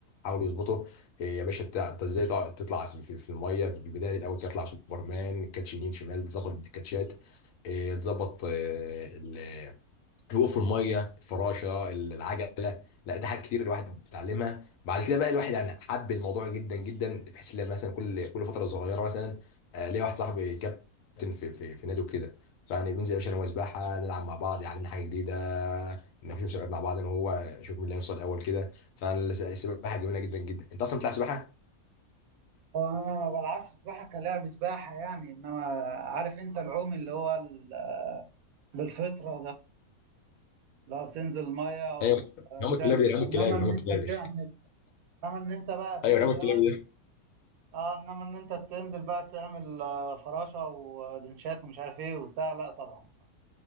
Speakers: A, on the left; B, on the right.
A: حاول يظبطه إيه يا باشا بتاع- انت ازاي تع- تطلع في في في الميه في البدايه الاول تطلع سوبرمان كاتش يمين شمال تظبط الكاتشات إيه، تظبط إيه، ال- الوقوف في الميه الفراشه العجله لا ده حاجات كتير الواحد بيتعلمها بعد كده بقى الواحد يعني حب الموضوع جدا جدا بحيث ان مثلا كل كل فتره صغيره مثلا آه، ليا واحد صاحبي كابتن في في في نادي وكده فيعني بننزل يا باشا انا وهو سباحه نلعب مع بعض يعلمنا حاجه جديده نخش مسابقات مع بعض انا وهو نشوف مين اللي هيوصل اول كده فالسباحه جميله جدا جدا انت اصلا بتلعب سباحه؟
B: هو انا ما بلعبش سباحة كلاعب سباحة يعني انما عارف انت العوم اللي هو ال- بالفطرة ده لو بتنزل المية
A: ايوه
B: وتعمل
A: نعوم الكلابي ده نعوم
B: انما
A: الكلابي
B: ان
A: نعوم الكلابي
B: انت بتعمل انما ان انت بقى
A: <laughs> ايوه
B: تنزل
A: نعوم الكلابي ده
B: اه انما ان انت تنزل بقى تعمل آه، فراشة ولنشات ومش عارف ايه وبتاع لا طبعا